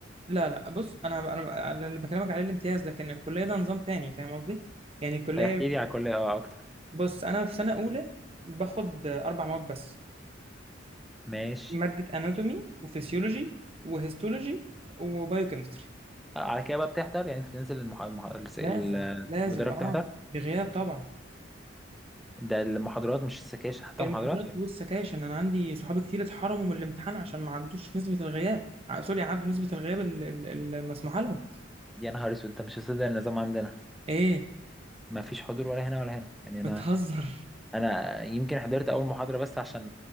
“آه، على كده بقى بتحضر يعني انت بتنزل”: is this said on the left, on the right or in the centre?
Centre